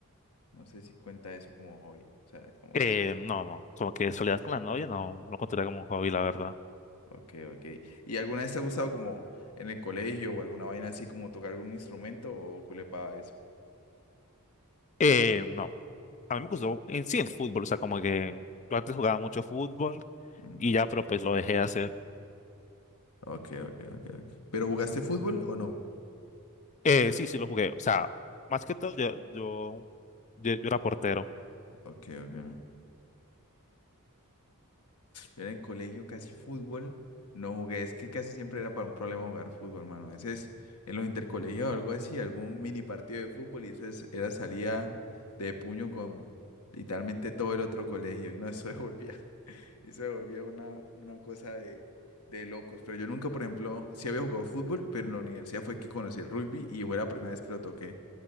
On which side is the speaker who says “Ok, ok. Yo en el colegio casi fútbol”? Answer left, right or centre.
Left